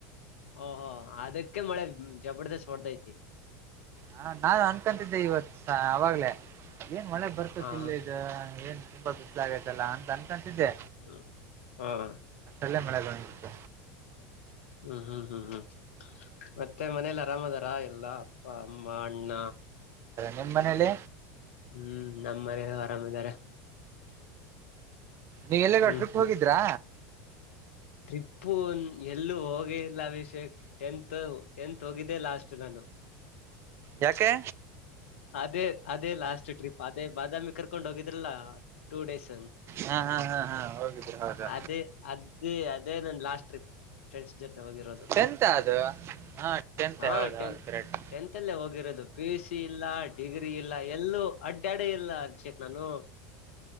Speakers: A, on the left; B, on the right.
A: ಓಹೋ ಅದಕ್ಕೆ ಮಳೆ ಜಬರ್ದಸ್ತ್ ಮಾಡರ್ದೈತಿ
B: ಹಾ ನಾು ಅನ್ಕಂತಿದ್ದೆ ಇವತ್ ಅವಾಗ್ಲೇ ಏನ್ ಮಳೆ ಬರ್ಕೋತಿಿಲ್ಲ
A: ಹಾ ಹಾ
B: ಇದ ಏನ್ ತುಂಬ ಬಿಸ್ಲ ಆತಲ್ಲ ಅಂತ ಅನ್ಕಂತಿದ್ದೆ
A: ಹ್ಮ ಹ್ಮ್
B: ನಲ್ಲೆ ಮಳೆ ಬತ
A: ಹ್ಮ್ ಹ್ಮ್ ಹ್ಮ್ ಹ್ಮ್ ಮತ್ತೆ ಮನೇಲಿ ಆರಾಮ ಅದಾರ ಎಲ್ಲ ಅ ಮಾಡಣ್ಣ
B: ನಿಮ್ಮ್ ಮನೇಲಿ
A: ಹ್ಮ್ ನಮ್ಮ ಮನ ಆರಾಮ್ಿದಾರ
B: ನೀವು ಎಲ್ಲನ
A: ಹ್ಮ್
B: ಟ್ರಿಪ್ ಹೋಗಿದ್ರಾ
A: ನಿಪ್ಪು ಎಲ್ಲೂ ಹೋಗಿ ಇಲ್ಲ ಅಭಿಷೇಕ್ ಟೆಂತ್ <unintelligible> ಟೆಂತ್ ಹೋಗಿದ್ದೆ ಲಾಸ್ಟ್ ನಾನು
B: ಯಾಕೆ
A: ಅದೇ ಅದೇ ಲಾಸ್ಟ್ ಟ್ರಿಪ್ ಅದೇ ಬಾದಾಮಿ ಕರ್ಕೊಂಡ್ ಹೋಗಿದ್ರಲ್ಲ ಟೂ ಡೇಸ್
B: ಹಾ ಹಾ ಹಾ ಹಾ ಹೋಗಿದ್ರೆ ಹೌದು
A: ಅದೇ ಅದೇ ಅದೇ ನನ್ ಲಾಸ್ಟ್ ಟ್ರಿಪ್ ಫ್ರೆಂಡ್ಸ್ ಜೊತೆ ಓದಿರೋದು
B: ಟೆಂತ್ ಅದು ಹಾ ಟೆಂತ್
A: ಹ
B: ಹೌದ
A: ಟೆಂತ್
B: ಹೌದು ಕರೆಕ್ಟ್
A: ಟೆಂತ್ ಅಲ್ಲ ಓದಿರೋದು ಪಿಯುಸಿ ಇಲ್ಲ ಡಿಗ್ರಿ ಇಲ್ಲ ಎಲ್ಲೂ ಅಡ್ಡ ಅಡೆ ಇಲ್ಲ ಅಭಿಷೇಕ್ ನಾನು